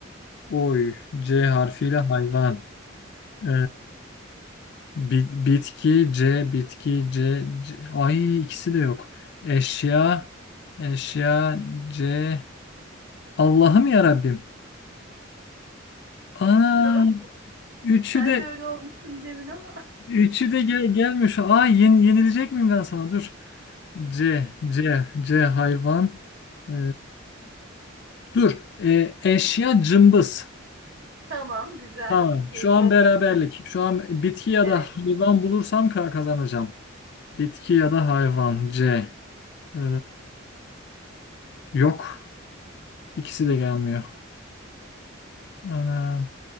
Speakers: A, on the left; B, on the right.
A: Oy C harfiyle hayvan. E, Bi- bitki C, bitki C, C. Ay ikisi de yok. Eşya, eşya C. Allah'ım ya Rabbim. Aa,
B: Sıra bak. <laughs>
A: üçü
B: Ben
A: de
B: de öyle olmuştum demin ama.
A: üçü de gel gelmiyor şu. Ay yeni yenilecek miyim ben sana? Dur. C, C, C hayvan. Ee, dur. Ee, eşya cımbız.
B: <laughs> Tamam, güzel.
A: Tamam.
B: İkiye
A: Şu an
B: düştü.
A: beraberlik. Şu an bitki ya
B: Evet.
A: da hayvan bulursam ka- kazanacağım. Bitki ya da hayvan C. Ee, Yok. İkisi de gelmiyor. Ana.